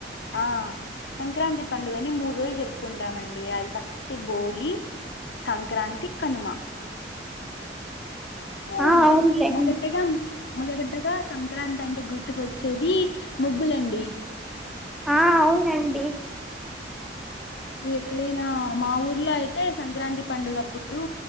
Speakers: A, on the left; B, in the centre.
A: ఆ సంక్రాంతి పండుగని మూడు రోజులు జరుపుకుంటామండి అది ఫస్ట్ భోగి సంక్రాంతి కనుమ ఉ
B: ఆ అవునులేండి
A: మొదటిగామ్ మొదగడ్డగా సంక్రాంతి అంటే గుర్తుకు వచ్చేది ముగ్గులండి
B: ఆ అవునండి
A: ఇప్పుడు ఎక్కడైనా మా ఊర్లో అయితే సంక్రాంతి పండుగ అప్పుడు